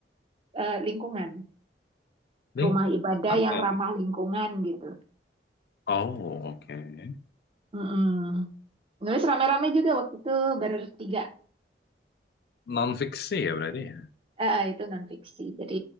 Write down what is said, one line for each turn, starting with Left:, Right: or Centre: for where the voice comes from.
Right: eh, lingkungan.
Left: ini
Right: rumah ibadah
Left: apa
Right: yang ramah
Left: ya?
Right: lingkungan gitu.
Left: Oh, oke.
Right: Mm-mm. Nulis rame-rame juga waktu itu bertiga.
Left: Non fiksi ya berarti ya.
Right: Eh, eh, itu non fiksi. Jadi